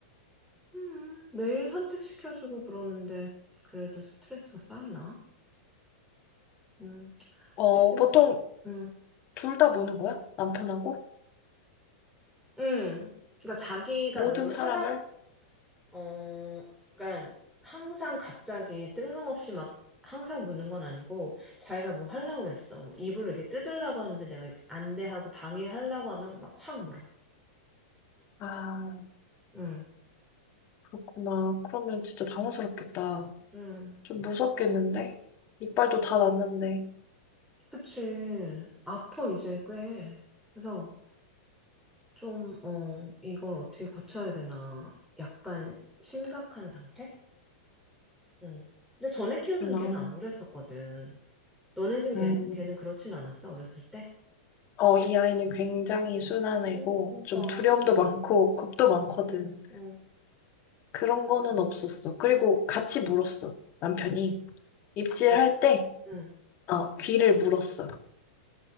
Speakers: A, in the centre; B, on the left (about 35°).
A: 음, 매일 산책시켜주고 그러는데, 그래도 스트레스가 쌓이나? 음,
B: 어,
A: 하여튼,
B: 보통
A: 음,
B: 둘 다 무는 거야? 남편하고?
A: 음. 그러니까 자기가
B: 모든
A: 뭘
B: 사람을?
A: 하려, 어, 그러니까 항상 갑자기 뜬금없이 막 항상 묻는 건 아니고 자기가 뭘 하려고 그랬어. 뭐 이불을 이렇게 뜯으려고 하는데 내가 이렇게 안돼 하고 방해하려고 하면 막 확 물어.
B: 아,
A: 응,
B: 그렇구나. 그러면 진짜 당황스럽겠다.
A: 응.
B: 좀 무섭겠는데? 이빨도 다 났는데.
A: 그치. 아파, 이제 꽤. 그래서 좀, 어, 이걸 어떻게 고쳐야 되나. 약간 심각한 상태? 응. 근데 전에 키우던
B: 그렇구나.
A: 걔는 안 그랬었거든. 너네 집
B: 음.
A: 걔, 걔는 그렇진 않았어, 어렸을 때?
B: 어, 이 아이는 굉장히 순한 애고,
A: 응, 그러니까.
B: 좀 두려움도 많고, 겁도 많거든.
A: 응, 응.
B: 그런 거는
A: 뭐,
B: 없었어. 그리고
A: 음.
B: 같이 물었어. 남편이 입질할
A: 같-
B: 때
A: 음.
B: 어, 귀를 물었어.